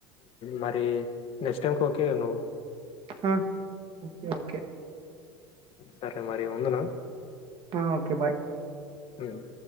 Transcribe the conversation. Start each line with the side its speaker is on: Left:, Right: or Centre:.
Left: మరి నెక్స్ట్ టైంకి కే ఒకే కదా నువ్వు
Right: ఆ ఓకే ఓకే
Left: సరే మరి ఉందునా
Right: ఆ ఓకే బాయ్
Left: హ్మ్మ్